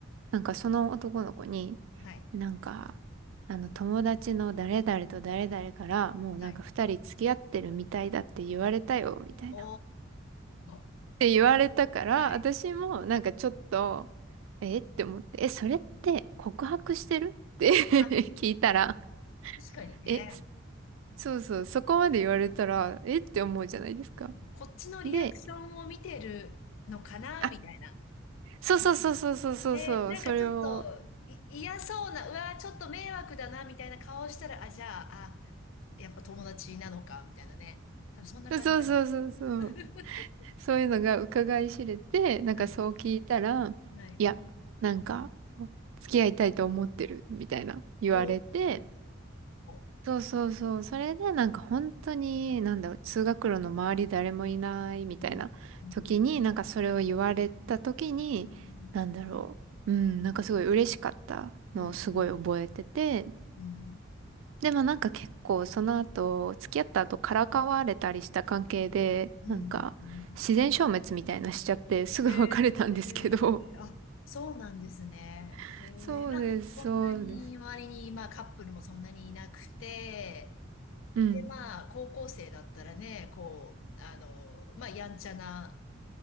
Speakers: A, on the right; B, on the left.
A: なんかその男の子に、
B: はい。
A: なんか、あの友達の誰々と誰々からもうなんか二人付き合ってるみたいだって言われたよ、
B: はい。
A: みたいな。
B: お
A: っ
B: ー。
A: て言われたから、
B: はい。
A: 私もなんかちょっと、えって思って、え、それって告白してるって
B: あ、
A: <laughs> 聞いたら、
B: 確かにね。
A: え、そうそう、そこまで言われたら、えって思うじゃないですか。
B: こっちのリアクションを見てるのかな、
A: で、あ、
B: みたいな。
A: そうそうそうそうそうそうそう、
B: え、なんかちょっと、
A: それを、
B: い、嫌そうな、うわー、ちょっと迷惑だな、みたいな顔したら、あ、じゃあ、あ、やっぱ友達なのか、みたいなね。多分そんな感じなの。
A: そうそうそうそう。
B: <laughs>
A: そういうのが伺い知れて、なんかそう聞いたら、
B: はい。はい。
A: いや、なんか、付き合いたいと思ってる、みたいな言われて、
B: おー。
A: そうそうそう、それでなんか本当に、なんだろう、通学路の周り誰もいないみたいな時に、
B: うん。うん。
A: なんかそれを言われた時に、
B: うん。
A: なんだろう、うん、なんかすごい嬉しかったのをすごい覚えてて、
B: うん。うん。
A: でもなんか結構その後、付き合った後からかわれたりした関係で、
B: うん。
A: なんか自然消滅みたいなしちゃってすぐ別れたんですけど。
B: うん。ええあ、そうなんですね。
A: <laughs>
B: ええまあ、
A: そうです、
B: そんなに周りに、
A: そうです。
B: まあ、カップルもそんなにいなくて、
A: うん。
B: で、まあ、高校生だったらね、こう、あの、まあ、やんちゃな